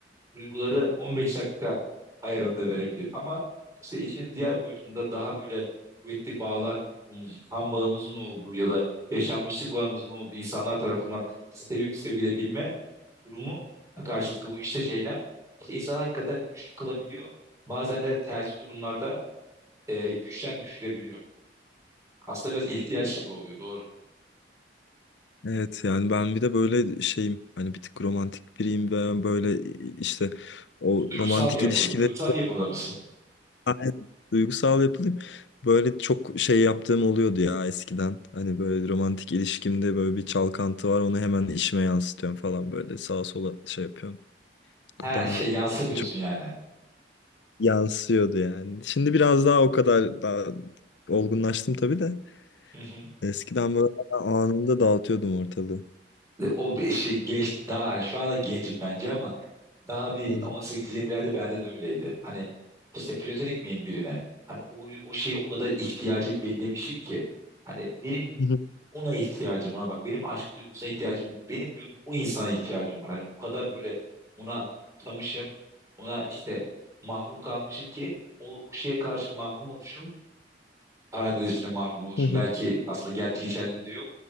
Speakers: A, on the right; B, on the left.
A: duyguları 15 dakika ayarında verebilir. Ama işte işin diğer boyutunda daha böyle kuvvetli bağlar kurduğumuz, kan bağımızın olduğu ya da yaşanmışlık bağımızın olduğu insanlar tarafından sevip sevilebilme durumu karşılıklı bu işte eylem işte insanı hakikaten güçlü kılabiliyor. Bazen de tersi durumlarda e, güçten düşürebiliyor. Aslında biraz ihtiyaç gibi oluyor doğru.
B: Evet yani ben bir de böyle şeyim hani bir tık romantik biriyim ve böyle işte o
A: Duygusal
B: romantik
A: mı yapılı?
B: ilişkileri
A: Duygusal bir yapıda mısın?
B: Aynen. Duygusal yapılayım. Böyle çok şey yaptığım oluyordu ya eskiden. Hani böyle romantik ilişkimde böyle bir çalkantı var. Onu hemen işime yansıtıyorum falan böyle sağa sola şey yapıyorum.
A: He
B: Daha
A: şey yansır diyorsun
B: çok
A: yani.
B: yansıyordu yani. Şimdi biraz daha o kadar daha olgunlaştım tabii de.
A: Hı hı.
B: Eskiden böyle anında dağıtıyordum ortalığı.
A: E, O bir şey genç daha hani şu anda gencim bence ama Daha bir
B: Aynen.
A: 18-20'lerde bende de öyleydi. Hani işte platonik miyim birine? Hani o, o şeyi o kadar ihtiyacım bellemişim ki. Hani benim
B: Hı hı.
A: ona ihtiyacım var. Bak benim aşk duygusuna ihtiyacım yok. Benim diyorum o insana ihtiyacım var. Hani o kadar böyle ona tanışım, Ona işte mahrum kalmışım ki o, o şeye karşı mahrum oluşum. Parantez içinde mahrum oluşum.
B: Hı hı.
A: Belki aslında gerçek geçerliliği de yok.